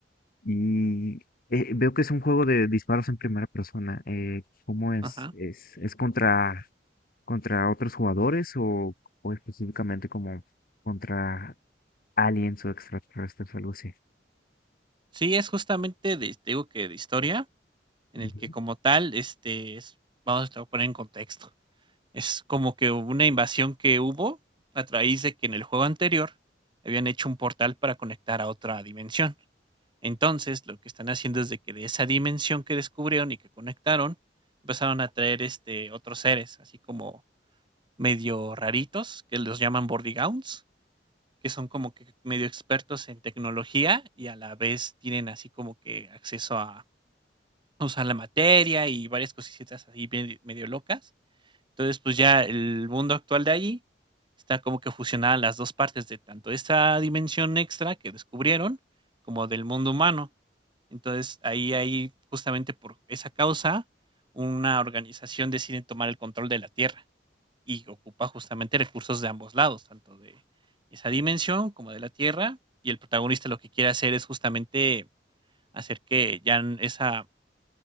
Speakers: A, on the left; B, on the right.
A: Y eh, veo que es un juego de disparos en primera persona. Eh, ¿cómo es?
B: Ajá.
A: ¿Es, es contra, contra otros jugadores o, o específicamente como contra aliens o extraterrestres o algo así?
B: Sí, es justamente de, te digo que de historia, en
A: Ujú.
B: el que como tal, este, es- vamos a poner en contexto. Es como que hubo una invasión que hubo a través de que en el juego anterior habían hecho un portal para conectar a otra dimensión. Entonces, lo que están haciendo es de que de esa dimensión que descubrieron y que conectaron, empezaron a traer este otros seres, así como medio raritos, que los llaman Bordigauns que son como que medio expertos en tecnología y a la vez tienen así como que acceso a usar la materia y varias cositas así bien- medio locas. Entonces, pues ya el mundo actual de allí está como que fusionada las dos partes de tanto esta dimensión extra que descubrieron como del mundo humano. Entonces, ahí hay justamente por esa causa una organización decide tomar el control de la Tierra y ocupa justamente recursos de ambos lados, tanto de esa dimensión como de la Tierra. Y el protagonista lo que quiere hacer es justamente hacer que ya esa,